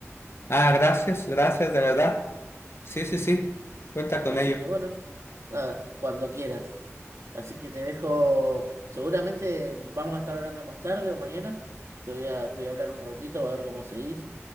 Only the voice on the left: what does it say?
Ah, gracias, gracias, de verdad.
Sí, sí, sí, cuenta con
ello.